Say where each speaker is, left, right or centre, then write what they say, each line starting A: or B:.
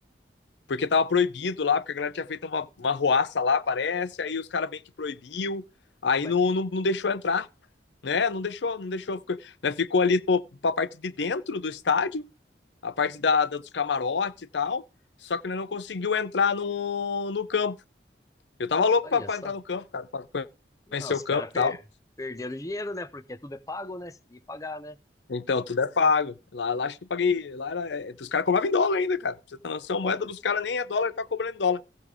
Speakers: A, on the left; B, on the left.
A: Porque tava proibido lá, porque a galera tinha feito uma, uma ruaça lá, parece. Aí os caras bem que proibiu. Aí
B: ué,
A: não, não, não deixou entrar, né? Não deixou, não deixou. Ficou, né? ficou ali pô, pra parte de dentro do estádio, a parte da, da dos camarotes e tal. Só que né, não conseguiu entrar no, no campo eu tava louco
B: olha
A: pra, pra
B: só.
A: entrar no campo, cara, pra conhecer
B: Ah, os
A: o
B: caras
A: campo e
B: per,
A: tal.
B: perderam dinheiro, né? Porque tudo é pago, né? E pagar, né?
A: Então, tudo é pago. Lá, lá acho que eu paguei. Lá era, é, os caras cobravam em dólar ainda, cara. Pra você tá noção, a
B: Olha,
A: moeda dos caras nem é dólar, tá cobrando em dólar.